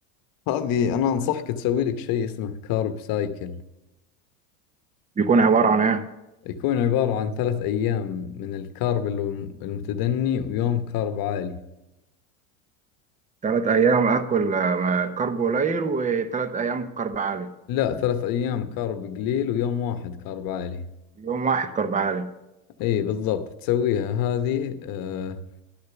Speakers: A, on the left; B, on the right.
A: هذه أنا أنصحك تسوي لك شيء اسمه كارب سايكل
B: بيكون عباره عن ايه
A: يكون عبارة عن ثلاث أيام من الكارب الم- المتدني ويوم كارب عالي
B: تلات أيام أكل آه، كرب قليل وتلات أيام كرب عالي
A: لا ثلاث أيام كارب قليل ويوم واحد كارب عالي
B: يوم واحد كرب عالي
A: اي بالضبط تسويها هذه آه